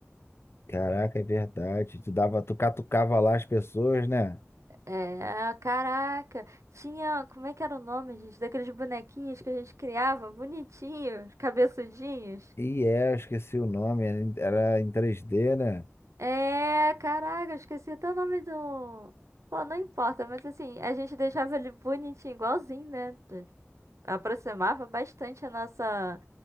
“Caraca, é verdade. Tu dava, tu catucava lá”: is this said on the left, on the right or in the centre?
Left